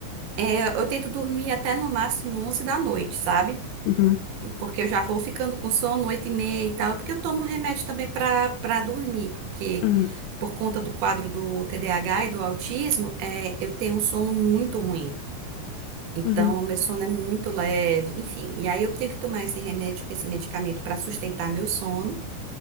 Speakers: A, on the right; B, on the left.
A: É, eu tento dormir até no máximo 11 da noite, sabe?
B: uhum,
A: Porque eu já vou ficando com sono 8 e meia e tal. Porque eu tomo remédio também pra, pra dormir. Porque
B: uhum,
A: por conta do quadro do TDAH e do autismo, é, eu tenho um sono muito ruim. Então,
B: uhum.
A: meu sono é muito leve, enfim. E aí eu tenho que tomar esse remédio, esse medicamento para sustentar meu sono.